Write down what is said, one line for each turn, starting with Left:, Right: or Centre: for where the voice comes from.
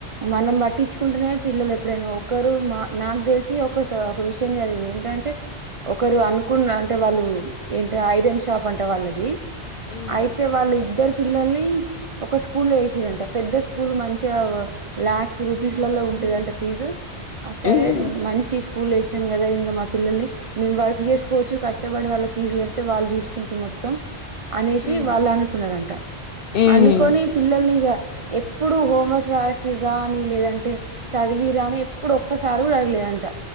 Right: మనం పట్టించుకుంటేనే పిల్లలు ఎప్పుడైనా ఒకరు మా నాక్ తెలిసి ఒకసా ఒక విషయం జరిగింది. ఏంటంటే ఒకరు అనుకున్న అంటే వాళ్ళు ఏంటీ ఐరన్ షాప్ అంట వాళ్ళది.
Left: ఉమ్
Right: అయితె వాళ్ళిద్దర్ పిల్లల్ని ఒక స్కూల్ల ఏశిరంట పెద్ద స్కూల్ మంచిగా ల్యాక్స్ రూపీస్ లో ఉంటదంట ఫీజు. అ సరే
Left: ఉమ్
Right: మంచిస్ స్కూల్ ఏశనం కదా ఇంకా మా పిల్లల్ని మేము వర్క్ చేసుకోవచ్చు, కష్టపడి వాళ్ళ ఫీజు కడితే వాళ్ళు చూసుకుంటుర్ మొత్తం. అనేసి
Left: ఉమ్
Right: వాళ్ళనుకున్నరంట
Left: ఉమ్
Right: అనుకొని పిల్లల్నిగా ఎప్పుడు హోంవర్క్ రాసిర్రా అని లేదంటే, చదివిర్ర అని ఎప్పుడు ఒక్కసారి కూడా అడగలేదంట.